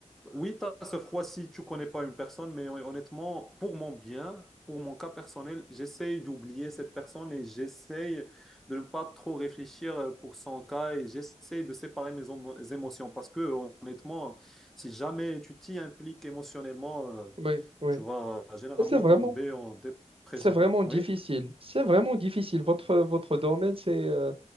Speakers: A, in the centre; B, on the right.
A: Oui, tu as ce froid si tu connais pas une personne, mais hon- honnêtement, pour mon bien, pour mon cas personnel, j'essaye d'oublier cette personne et j'essaye de ne pas trop réfléchir euh, pour son cas et j'essaye de séparer mes homo- émotions parce que hon- honnêtement, si jamais tu t'y impliques émotionnellement, euh,
B: ouais oui.
A: tu vas généralement
B: C'est vraiment
A: tomber en dépression.
B: C'est vraiment
A: Oui?
B: difficile. C'est vraiment difficile. Votre, votre domaine, c'est euh,